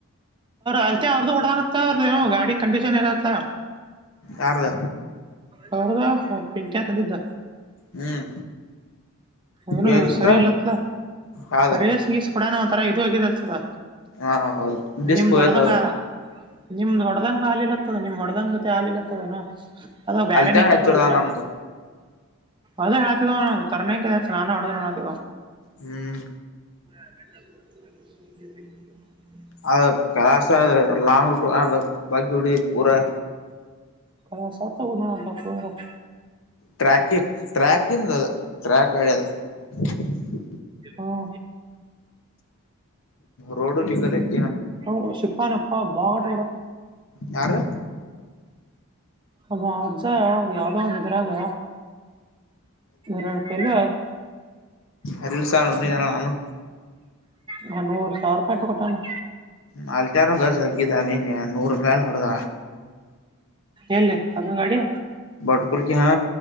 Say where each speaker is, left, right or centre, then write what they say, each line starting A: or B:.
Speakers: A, on the right; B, on the left.
A: ಹಲ್ತ ಔದು ಉಡಾನಾ ಏನು ಗಾಡಿ ಕಂಡೀಷನ್ ಇರತ
B: ಯಾರ್ದ
A: ಹೌದಾ ಪಿಂಕ್ಯಾತಂದಿದ್ದ
B: ಹ್ಮ್
A: ಏನು
B: ಏನತಿತ್ತ
A: ಸರಿ ಇಲ್ಲತ್ಲ
B: ಯಾವ್ದ
A: ರರಿ ಸಿಗಸ್ಕಡಾನ ಒಥರ ಇ ಹಗಿದತದ
B: ಹಾ ಹೌದು ಡಿಸ್ಕ್
A: ನಿಮ್ದ
B: ಹೋಗೇತ್
A: ದೊಡ್ದಂಗ
B: ಅದು
A: ನಿಮ್ದ ದೊಡ್ದಂಗ ಆಲಿಲ್ಲ ಇತದ ನಿಮ್ ಹೊಡ್ದಂಗ ಗೊತ್ತ ಆಾಲಿಲ್ಲತ್ತದನು ಅದ ಬೇರೆೇಏನ್
B: ಅಲ್ತಾರ
A: ಇತ್ತತ್
B: ಹಚ್ಚೋಡ್ದ
A: ಒಂಥರ
B: ನಮ್ದು
A: ಅದ ಹ ತರಣ ನಾನಾ ಅವಡ ನಾದ
B: ಹ್ಮ್
A: <inaudible>
B: ಅದ ಕಲಾಾಸ ಲಾಂಗ್ ರೂಟ್ ಅಲ್ಲ ಬಕಿ ಹೊಡ ಪೂರ <unintelligible>
A: ಕ ಸತ್ತ ಕೊಂದಂಟ ತರ <unintelligible>
B: ಟ್ರ್ಯಾಕ ಟ್ರ್ಯಾಕ ಇಿಂದ ಅದು ಟ್ರ್ಯಾಕ್ ಅದು <unintelligible>
A: ಹೂಂ
B: ರೋಡ್ ನಿಗಲ <unintelligible>
A: ಹ ಸಿಪ್ಪ ನಪ್ಪ ಬಟ
B: ಯಾರು
A: ಅ ಅಜ್ಜ ಯಾವ ದರದು ರಡು ಪಲ್ಲ
B: ಅರಿಲ್ಲ ಸಾರ ನಡಿ ನ ನಾನು
A: ಸಾನು ಚಾರ್ಪಾಯಟು ಕಟ್ಟಾನ
B: ನಲ್ತಾನಗ ಝಕಿದಾನನ್ಯ ನೂರು ಮೈಲ್ ಹೊಡೆಗ
A: ಎಲ್ಲಿ ಅದಂಗಾಡಿ
B: ಬಟ್ ಕುರ್ಕಿ ಹಾ